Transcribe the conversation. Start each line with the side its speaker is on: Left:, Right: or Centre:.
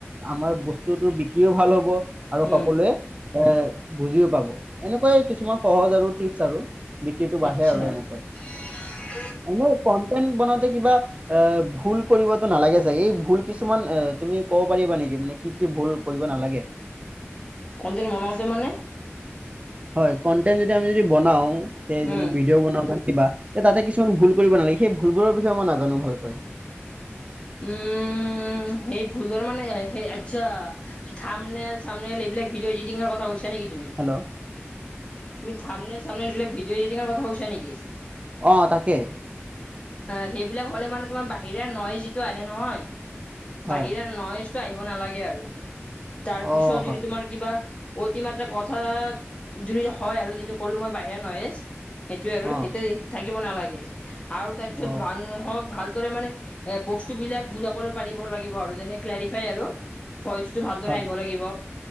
Right: আমাৰ বস্তুতোৰ বিক্ৰীও ভাল হ'ব, - আৰু
Left: উম
Right: সকলোৱে এ বুজিও পাব এনেকুৱাই কিছুমান সহজ আৰু টিপছ আৰু। বিক্ৰীতো বাঢ়ে
Left: আচ্ছা
Right: আৰু এনেকৈ।
Left: <unintelligible>
Right: এনেই কনটেনট বনাওঁতে কিবা- এ ভুল কৰিবতো নালাগে চাগে? এই ভুল কিছুমান এহ তুমি ক'ব পাৰিবা নেকি মানে- কি কি ভুল কৰিব নালাগে?
Left: কন্টেন বনাওঁতে মানে-
Right: হয়। কন্টেন্ট যদি আমি যদি বনাওঁ, তে
Left: উম
Right: যেনে ভিডিঅ' বনাওঁ কিবা তাতে কিছুমান ভুল কৰিব নালাগে। সেই ভুলবোৰৰ বিষয়ে মই নাজানো ভালকৈ?
Left: উম। উম, সেই ভুল বোৰ মানে সেই আচ্ছা। থামনেল চামনেল এইবিলাক ভিডিঅ' এডিটিঙৰ কথি কৈছা নেকি তুমি?
Right: হেল্ল'?
Left: তুমি থামনেল চামনেল এইবিলাক ভডিঅ' এডিঙৰ কথা কৈছা নেকি?
Right: অ' তাকে।
Left: অ' সেইবিলাক হ'লে মানে তোমাৰ বাহিৰা নইজ যিটো আহে নহয়
Right: হয়
Left: বাহিৰা ন্ইজটো আহিব নালাগে আৰু, তাৰ পিছত
Right: অ হয়
Left: যদি তোমাৰ কিবা অতিমাত্ৰ কথা যদি হয়, আৰু যিটো ক'লো মই বাহিৰা নইজ সেইটো আৰু
Right: অ
Left: সেইটো থাকিব নালাগে। আৰু তাৰ পিছত
Right: অ
Left: মানুহক ভালদৰে মানে এ বস্তু বিলাক বুজাবলৈ পাৰিব লাগিব আৰু, যেনে ক্লেৰিফাই আৰু। ভইচ টো ভালদৰে
Right: হয়
Left: আহিব লাগিব।